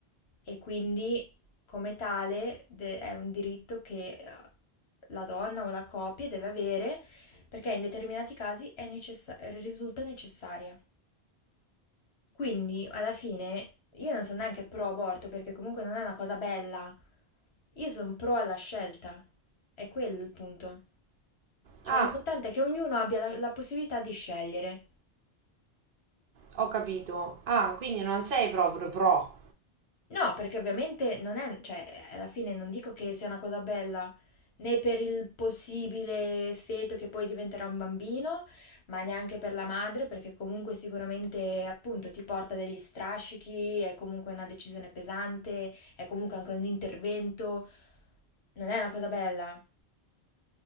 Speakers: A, on the left (about 75°); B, on the right (about 60°).
A: e quindi come tale de- è un diritto che eh, la donna o la coppia deve avere perché in determinati casi è necessa- risulta necessaria. Quindi, alla fine, io non sono neanche pro aborto, perché comunque non è una cosa bella. Io sono pro alla scelta. È quello il punto. Cioè,
B: Ah,
A: l'importante è che ognuno abbia la, la possibilità di scegliere.
B: ho capito. Ah, quindi non sei proprio pro.
A: No, perché ovviamente non è, cioè, alla fine non dico che sia una cosa bella, né per il possibile feto che poi diventerà un bambino, ma neanche per la madre, perché comunque sicuramente appunto ti porta degli strascichi, è comunque una decisione pesante, è comunque anche un intervento, non è una cosa bella.